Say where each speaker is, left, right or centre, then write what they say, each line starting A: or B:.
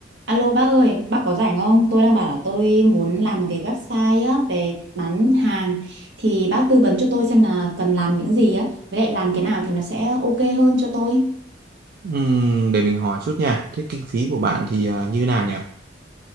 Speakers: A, on the right; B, on the right.
A: Alo bác ơi, bác có rảnh không? Tôi đang bảo là tôi muốn làm một cái website á về bán hàng thì bác tư vấn cho tôi xem là cần làm những gì á, với lại làm cái nào thì nó sẽ ok hơn cho tôi.
B: Ừm, để mình hỏi chút nha. Thế kinh phí của bạn thì à, như nào nhỉ?